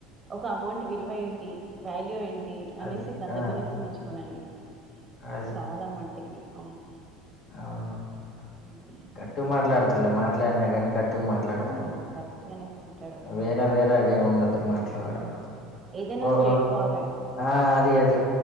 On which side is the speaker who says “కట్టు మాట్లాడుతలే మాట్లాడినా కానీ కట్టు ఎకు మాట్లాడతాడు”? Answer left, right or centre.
Left